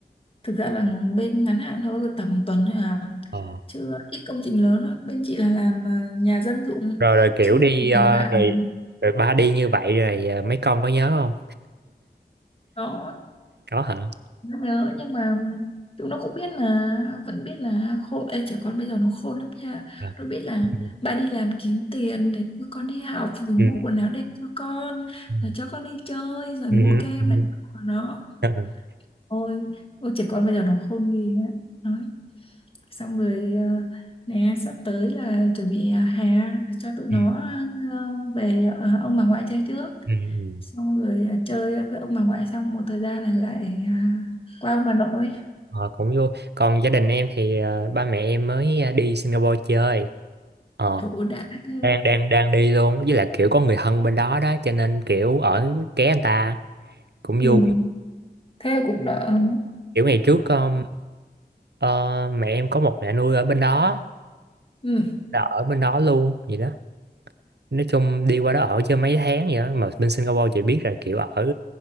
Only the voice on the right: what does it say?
Ờ.
Rồi rồi kiểu
đi ờ,
rồi rồi ba đi như vậy rồi ờ, mấy con có nhớ không?
Có hả?
Ờ.
Ừ.
Ừ.
Ừ.
Ừ.
Ừ.
<laughs>
Ừ.
Ừ. ừ.
Ờ, cũng vui. Còn gia đình em thì ờ, ba mẹ em mới ờ, đi Singapore chơi. Ờ,
đang đang đang đi luôn, với lại kiểu có người thân bên đó đó cho nên kiểu ở ké anh ta cũng
vui.
Kiểu ngày trước um, ờ, mẹ em có một mẹ nuôi ở bên đó,
là ở bên đó luôn vậy đó. Nói chung đi qua đó ở chơi mấy tháng vậy đó. Mà bên Singapore chị biết rồi kiểu ở